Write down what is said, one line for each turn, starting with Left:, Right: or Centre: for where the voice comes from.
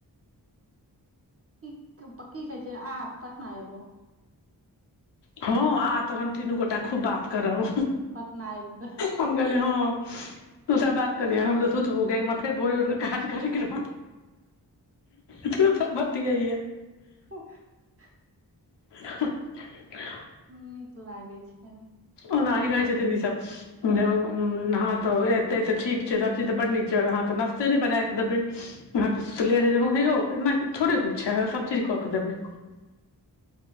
Right: कि कहे छै आ पटना एबो
Left: हँ आ तहन तीनू गोटा खूब बात करब।
Right: पटना आबि क
Left: हम कहलिए हँ तू सभ बात करिहे हम त सुतबो किया कि हमरा फेर भोरे उठ के तू सभ बतीयेहन
Right: <unintelligible>
Left: <unintelligible>
Right: नीक लागै छै ने।
Left: ओनाहि रहे छथिन ई सभ हँ तऽ एते तऽ ठीक छै सभ चीज तऽ बड नीक छै अहाँ तऽ नाश्ते ने बना क देते सुतले रहे जे हे यौ एना थोड़े होइ छै सभ से कऽ कऽ दबै